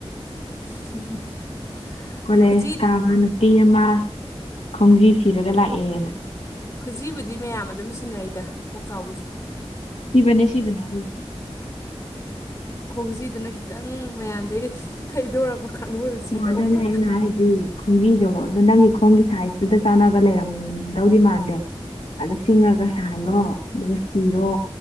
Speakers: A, on the left; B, on the left.
A: <unintelligible>
B: ꯀꯣꯂꯦꯖ
A: ꯈꯨꯖꯤ
B: ꯀꯥꯕ ꯅꯨꯄꯤ ꯑꯃ ꯈꯣꯡꯖꯤ ꯁꯤꯔꯒ ꯂꯥꯛꯑꯦꯅ
A: ꯈꯨꯖꯤꯕꯨꯗꯤ ꯃꯌꯥꯝ ꯑꯗꯨꯝ ꯁꯤꯟꯅꯩꯗ ꯄꯣꯛꯆꯥꯎꯕꯤꯖꯦ
B: ꯁꯤꯕꯅꯦ ꯁꯤꯕꯅꯦ ꯑꯗꯨꯕꯨꯗꯤ
A: ꯈꯣꯡꯖꯤꯗꯨꯅ ꯈꯤꯇꯪ ꯃꯌꯥꯝꯗꯒꯤ ꯊꯩꯗꯣꯔꯛꯄ ꯀꯥꯡꯕꯨꯗ ꯁꯤꯗꯧꯕ
B: ꯑꯣ ꯑꯗꯨꯅꯦ ꯑꯩꯅ ꯍꯥꯏꯖꯤ ꯈꯣꯡꯕꯤꯗꯣ ꯑꯃꯨꯛ ꯑꯗꯨ ꯅꯪꯒꯤ ꯈꯣꯡꯒꯤ ꯁꯥꯏꯖꯇꯨꯗ ꯆꯥꯟꯅꯕ ꯂꯩꯔꯝꯗꯧꯗꯤ ꯃꯥꯟꯗꯦ ꯑꯗꯨ ꯁꯤꯡꯉꯒ ꯁꯥꯍꯜꯂꯣ ꯑꯗꯨꯒ ꯁꯤꯔꯣ